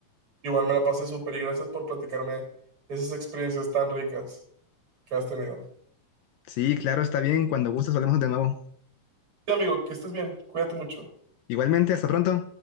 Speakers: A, on the right; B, on the left.
A: Igual me la pasé súper y gracias por platicarme esas experiencias tan ricas que has tenido.
B: Sí, claro, está bien, cuando gustes hablamos de nuevo.
A: Sí, amigo, que estés bien, cuídate mucho.
B: Igualmente, hasta pronto.